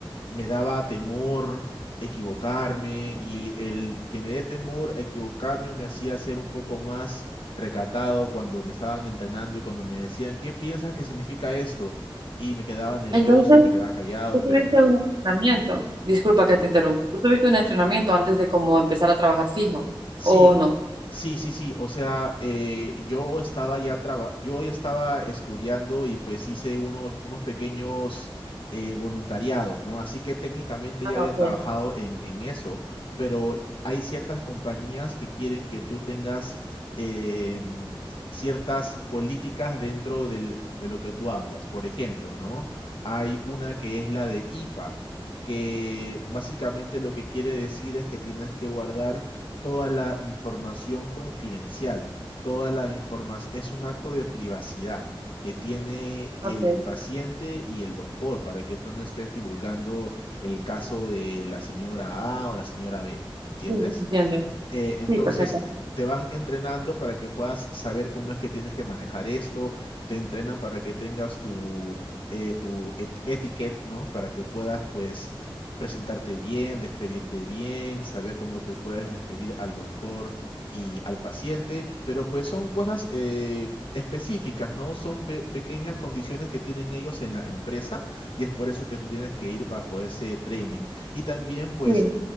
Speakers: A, on the left; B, on the right.
A: me daba temor equivocarme y el que me dé temor a equivocarme me hacía ser un poco más recatado cuando me estaban entrenando y cuando me decían, ¿qué piensas que significa esto? Y me quedaba nervioso
B: Entonces,
A: y me quedaba callado,
B: tú tuviste
A: pero pues
B: un entrenamiento, Disculpa que te interrumpa. ¿Tú tuviste un entrenamiento antes de como empezar a trabajar fijo
A: Sí,
B: o
A: o-
B: no?
A: sí, sí, sí. O sea, eh, yo estaba ya traba- yo ya estaba estudiando y pues hice unos, unos pequeños eh, voluntariados, ¿no? Así que técnicamente
B: ah,
A: ya había
B: ok,
A: trabajado en, en eso, pero hay ciertas compañías que quieren que tú tengas em, ciertas políticas dentro del- de lo que tú hablas. Por ejemplo, ¿no? Hay una que es la de IPA, que básicamente lo que quiere decir es que tienes que guardar toda la información confidencial, toda la información, es un acto de privacidad que tiene
B: ok,
A: el paciente y el doctor para que tú no estés divulgando el caso de la señora A o la señora B, ¿me entiendes?
B: sí, entiendo,
A: Eh, entonces
B: sí, perfecto,
A: te van entrenando para que puedas saber cómo es que tienes que manejar esto, te entrenan para que tengas tu, eh, tu et- etiquette, ¿no? Para que puedas, pues, presentarte bien, despedirte bien, saber cómo te puedes referir al doctor y al paciente, pero pues son cosas eh, específicas, ¿no? Son pe- pequeñas condiciones que tienen ellos en la empresa y es por eso que tú tienes que ir bajo ese training. Y también, pues,
B: sí,